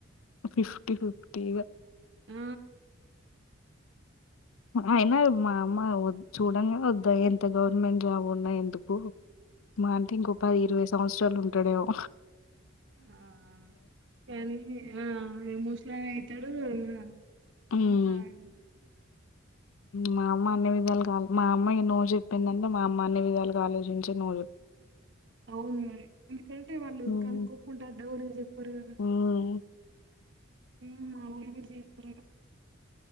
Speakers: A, on the left (about 85°); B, on the right (about 60°).
A: ఫిఫటీ ఫిఫ్టీగా
B: ఆ
A: అయిన
B: హ్మ్.
A: మా అమ్మా చూడంగానే వద్దా ఎంత గవర్నమెంట్ జాబ్ ఉన్నా ఎందుకు మా అంటే ఇంకొ ప ఇరవై సంవత్సరాలు ఉంటాడేమో
B: ఆ కానీ ఆ ఏమోష్నల్ అయితాడు ఆ
A: హ్మ్
B: అంతా ఆగం
A: మా అమ్మ అన్ని విధాలుగాల్ మా అమ్మ ఎన్నో చెప్పిందంటే మా అమ్మ అన్ని విధాలుగా ఆలోచించే నువ్వు
B: అవును మరి ఎందుకంటే వాళ్ళు
A: హ్మ్
B: కనుక్కోకుంటా డేర్గా చెప్పరు కదా
A: హ్మ్
B: హ్మ్ మా వాళ్ళు కూడా చేస్తారటా.